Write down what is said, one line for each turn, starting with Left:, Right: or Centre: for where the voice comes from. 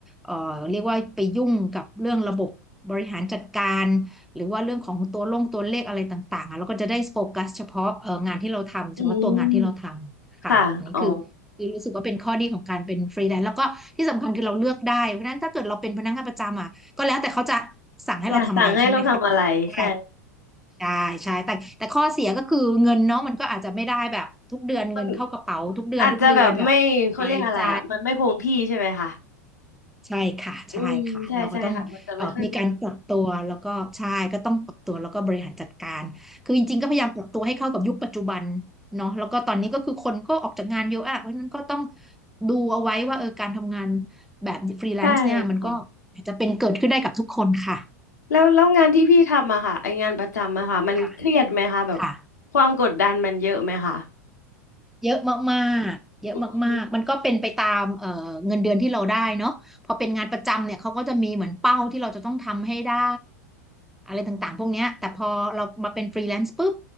Centre: เอ่อเรียกว่าไปยุ่งกับเรื่องระบบบริหารจัดการ หรือว่าเรื่องของตัวลงตัวเลขอะไรต่างๆอะ้วก็จะได้โฟกัสเฉพาะเอองานที่เราทำเฉพาะตัวงานที่เราทำค่ะอันนี้คือคือรู้สึกว่าเป็นข้อดีของการเป็นฟรีแลนซ์แล้วก็ที่สำคัญคือเราเลือกได้เพราะฉะนั้นถ้าเกิดเราเป็นพนักงานประจำอ่ะก็แล้วแต่เขาจะ
Left: อืมค่ะอ๋อ
Centre: สั่งให้เราทำอะไรใช่ไหมคะ
Left: อยากสั่งให้เราทำอะไรใช่
Centre: ได้ใช่ใช่แต่แต่ข้อเสียก็คือเงินเนาะมันก็อาจจะไม่ได้แบบทุกเดือนเงินเข้ากระเป๋าทุกเดือนทุกเดือนแบบสบายใจ
Left: มันอาจจะแบบไม่เขาเรียกอะไรอ่ะมันไม่คงที่ใช่ไหมคะ
Centre: ใช่ค่ะใช่ค่ะเราก็ต้องเอ่อมีการปรับตัวแล้วก็ใช่ก็ต้องปรับตัวแล้วก็บริหารจัดการคือจริงๆก็พยายามปรับตัวให้เข้ากับยุคปัจจุบัน
Left: อืมใช่ใช่ค่ะมันจะไม่ค่อยคง
Centre: เนาะแล้วก็ตอนนี้ก็คือคนก็ออกจากงานเยอะอะเพราะฉะนั้นก็ต้องดูเอาไว้ว่าเออการทำงานแบบฟรีแลนซ์เนี่ยมันก็อาจจะเป็นเกิดขึ้นได้กับทุกคนค่ะ
Left: ใช่ค่ะแล้วแล้วงานที่พี่ทำอะค่ะไองานประจำอะค่ะมันเครียดไหมคะแบบ
Centre: ค่ะค่ะ
Left: ความกดดันมันเยอะไหมคะ
Centre: เยอะมากๆเยอะมากๆมันก็เป็นไปตามเอ่อเงินเดือนที่เราได้เนาะพอเป็นงานประจำเนี่ยเขาก็จะมีเหมือนเป้าที่เราจะต้องทำให้ได้
Left: อืม
Centre: อะไรต่างๆพวกเนี้ยแต่พอเรามาเป็นฟรีแลนซ์ปุ๊บ